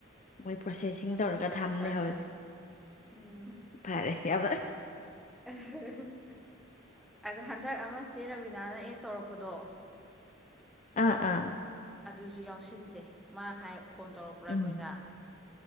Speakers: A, on the left; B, in the centre.
A: ꯃꯣꯏ ꯄ꯭ꯔꯣꯁꯦꯁꯤꯡ
B: ꯌꯥꯝ
A: ꯇꯧꯔꯒ
B: ꯅꯨꯡꯉꯥꯏꯌꯦ
A: ꯊꯝꯅꯦ
B: ꯀꯥꯔꯤꯌꯥꯁ
A: ꯍꯋꯦ
B: ꯎꯝ
A: ꯐꯔꯦ ꯌꯚ꯫
B: <unintelligible> ꯑꯗ ꯍꯟꯗꯛ ꯑꯃ ꯆꯦ ꯔꯕꯤꯅꯥꯅ ꯑꯦꯗ ꯇꯧꯔꯛꯄꯗꯣ
A: ꯑꯥ ꯑꯥ꯫
B: ꯑꯗꯨꯁꯨ ꯌꯥꯎꯁꯤꯟꯁꯦ ꯃꯥ ꯍꯥꯏ ꯐꯣꯟ ꯇꯧꯔꯛꯄ꯭ꯔꯥ
A: ꯎꯝ
B: ꯅꯣꯏꯗ꯫